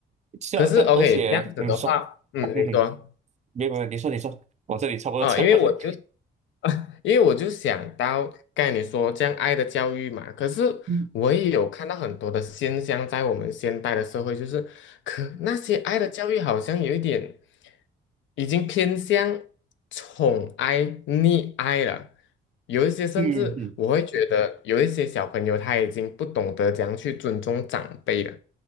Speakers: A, on the right; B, on the left.
A: 是啊，
B: 可是
A: 这而且你说，
B: OK，这样子的话，嗯，你说。
A: 嗯，没有没有，你说你说，我这里差不多讲完了。
B: 啊，因为我就 <laughs> 因为我就想到刚才你说这样爱的教育嘛，可是
A: <laughs> 嗯
B: 我也有看到很多的现象，在我们现代的社会，就是可那些爱的教育好像有一点已经偏向宠爱、溺爱了，有一些甚至我会觉得有一些小朋友他已经不懂得怎样去尊重长辈了。
A: 嗯嗯。